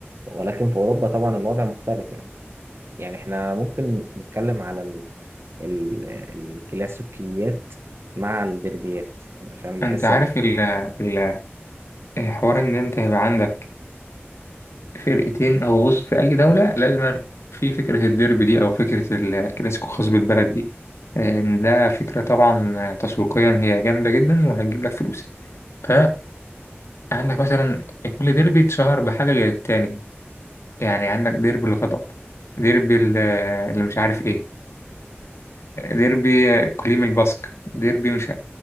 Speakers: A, on the right (about 65°); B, on the left (about 85°).
A: ولكن في أوروبا طبعا الوضع مختلف يعني يعني احنا ممكن نتكلم على ال... ال... الكلاسيكيات مع الديربيات عشان بحس
B: انت عارف
A: إن
B: ال ال- الحوار ان انت يبقى عندك فرقتين او غصن في اي دولة لازم في فكرة الديربي دي او فكرة ال- الكلاسيكو الخاص بالبلد دي ان ده فكرة طبعا تسويقيا هي جامدة جدا وهتجيب لك فلوس فعندك مثلا كل ديربي اتشهر بحاجة غير التاني يعني عندك ديربي الغضب ديربي ال- اللي مش عارف ايه ديربي كليم الباسك ديربي مش